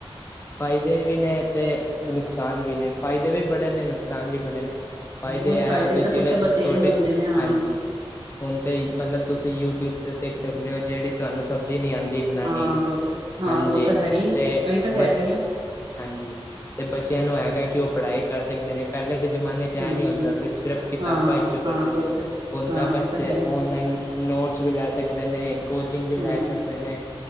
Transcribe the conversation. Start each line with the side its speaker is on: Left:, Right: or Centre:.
Left: ਫ਼ਾਇਦੇ ਵੀ ਨੇ ਤੇ ਨੁਕਸਾਨ ਵੀ ਨੇ, ਫਾਇਦੇ ਵੀ ਬੜੇ ਨੇ ਨੁਕਸਾਨ ਵੀ ਬੜੇ ਨੇ। ਫਾਇਦੇ
Right: ਉਹੀ
Left: ਐ ਹੋਗੇ
Right: ਤਾਂ ਪੁੱਤ
Left: ਜਿਵੇਂ
Right: ਬਤੇਰੇ
Left: ਛੋਟੇ,
Right: ਹੁੰਦੇ ਨੇ ਹਾਂ
Left: ਹਾਂਜੀ। ਹੁਣ ਤੇ ਮਤਲਬ ਤੁਸੀਂ ਯੂਟਿਊਬ ਤੇ ਸਿੱਖ ਸਕਦੇ ਓ ਜਿਹੜੀ ਤੁਹਾਨੂੰ ਸਬਜ਼ੀ ਨਹੀਂ ਆਦੀ ਬਣਾਣੀ,
Right: ਹਾਂ ਬਹੁਤ ਹਾਂ
Left: ਹਾਂਜੀ
Right: ਉਹ ਤਾਂ ਹੈ ਹੀ
Left: ਤੇਂ
Right: ਇਹੀ ਤਾਂ ਕਹਿ
Left: ਬਚ,
Right: ਰਹੀ ਹਾਂ
Left: ਹਾਂਜੀ ਤੇ ਬੱਚਿਆਂ ਨੂੰ ਹੈਗਾ ਕਿ ਉਹ ਪੜ੍ਹਾਈ ਕਰ ਸਕਦੇ ਨੇ ਪਹਿਲੇ ਦੇ ਜਮਾਨੇ ਚੈ
Right: ਹਾਂਜੀ
Left: ਨੀ ਹੁੰਦਾ ਸਿਰ ਸਿਰਫ਼ ਕਿਤਾਬਾਂ
Right: ਹਾਂ
Left: ਵਿੱਚੋਂ ਕਰਦੇ
Right: ਹਾਂ
Left: ਸੀ,
Right: ਪੁੱਤ
Left: ਹੁਣ
Right: ਹਾਂ
Left: ਤਾ ਬੱਚੇ
Right: ਉਹ ਤਾਂ ਹੈ ਹੀ
Left: ਔਨਲਾਈਨ ਨੋਟਸ ਵੀ ਲੈ ਸਕਦੇ ਨੇ ਕੋਚਿੰਗ ਵੀ
Right: ਹਾਂ
Left: ਲੈ ਸਕਦੇ ਨੇ